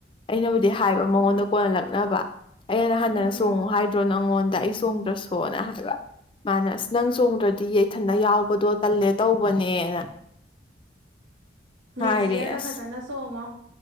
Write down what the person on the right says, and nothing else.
ꯑꯣ
ꯎꯝ
ꯎꯝ
ꯅꯦꯛꯁ
ꯏꯌꯥꯔꯗ
ꯐꯖꯅ ꯆꯣꯡꯉꯣ